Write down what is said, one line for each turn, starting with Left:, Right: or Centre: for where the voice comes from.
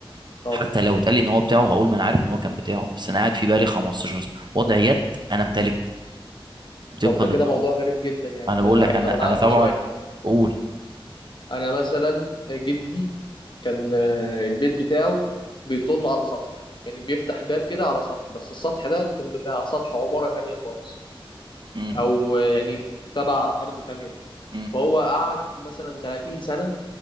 Left: طبعا
Right: حتى لو اتقال لي ان هو بتاعه هقول ما انا عارف ان هو كان بتاعه بس انا قاعد في بالي 15 سنه وضع يد انا امتلكه طبقا
Left: طب ده
Right: للقانون
Left: كده موضوع غريب جدا يعني
Right: انا
Left: ده
Right: بقول
Left: انا
Right: لك انا
Left: طب
Right: انا
Left: انا عندي
Right: طبعا
Left: سؤال كده
Right: اقول
Left: انا مثلا جدي كان آه، البيت بتاعه بيطل على سطح يعني بيفتح باب كده على سطح بس السطح ده كان بتاع سطح عمارة تانية خالص
Right: مم.
Left: او آه، يعني تبع ارض تانية
Right: مم.
Left: فهو قعد مثلا 30 سنة